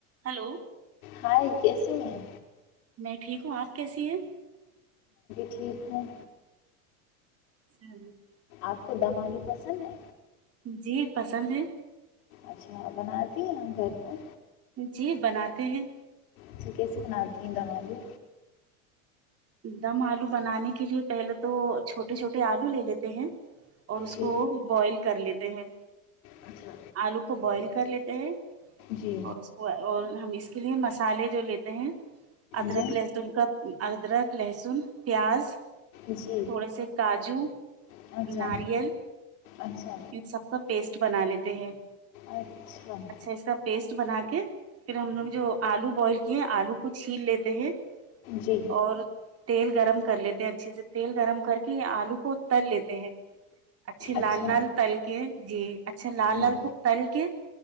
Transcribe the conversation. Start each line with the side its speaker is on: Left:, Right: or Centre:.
Right: hello
Left: hi کیسے ہیں
Right: میں ٹھیک ہوں آپ کیسی ہیں
Left: ٹھیک ہوں
Right: <unintelligible>
Left: آپ کو دم آلو پسند ہے
Right: جی پسند ہے
Left: اچھا بنا دیے ہم گھر پر
Right: جی بناتے ہیں
Left: اچ کیسیے بناتی دو بھی
Right: دم آلو بنانے کے لیے پہلے تو چھوٹے چھوٹے آلو لے لیتے ہیں اور اس کو
Left: جی
Right: بوائل کر لیتے ہیں
Left: اچھا
Right: آلو کو بوائل کر لیتے ا
Left: جی
Right: <inaudible> اور اس کو اور ہم اس اس لیے مسالحے جو لیتے ہیں ادرک
Left: جی
Right: لسم کا ادرک لہسن پیاز تھوڑے
Left: جی
Right: سے کاجو
Left: اچھا
Right: ناریل
Left: اچھا
Right: ان سب کا پیسٹ بنا لیتے ہیں
Left: اچھا <inaudible>
Right: اچھا اس کا پیسٹ بنا کے پھر ہم لوگ جو آلو بوائل کیے ہیں آلو کو چھیل لیتے ہیں
Left: جی
Right: اور تیل گرم کر لیتے ہیں اچھے سے تیل گرم کر کے آلو کو تر لیتے ہیں اچھیے لال
Left: اچھا
Right: لال تل کے جی اچھا لال
Left: ہوں،
Right: لال خوب تل کے